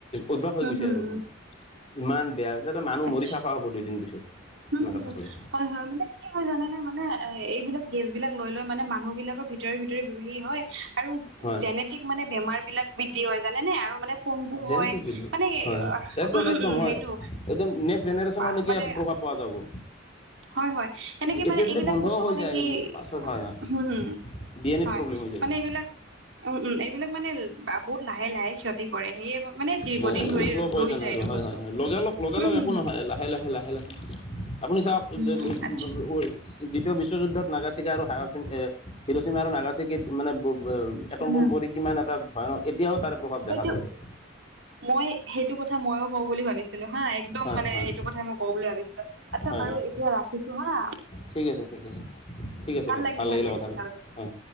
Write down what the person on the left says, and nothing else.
অভ্যাস হৈ
গৈছে
আৰু মানে। ইমান বেয়া মানুহ
মৰি চাফা হ'ব দুইদিন পিছত।
এনেকৈ
থাকিলে
হয়
জেনেটিক
বিল্ডিং
হয় হয়। একদম
একদম
হয়
একদম নেক্সট জেনেৰেচনলৈকে
প্ৰভাৱ পোৱা যাব।
এতিয়া
যদি
বন্ধ
হৈ
যায়
পাছত হয় হয়
ডি এন এত
প্ৰব্লেম হৈ যাব
হয়,
হয়, হয়। একদম
শ্লো পয়জন
সেইতো
হয়,
হয়। লগা- লগ লগা-লগ
একো
নহয়। লাহে, লাহে, লাহে, লাহে। আপুনি চাওক
দ দ দ
ওৱেচ। দ্বিতীয় বিশ্বযুদ্ধত নাগাচিকা আৰু হাৰাচিম এ, হিৰোচিমা আৰু নাগাচিকিত মানে ব বে।
এটম্বুম
ভৰি কিমান এটা হয় ন এতিয়াও তাৰ প্ৰভাৱ
দেখা পোৱা যায়।
হয়
হয়
হয়
হয়
ঠিক আছে ঠিক আছে ঠিক আছে
বাৰু
লাগিলে
হয়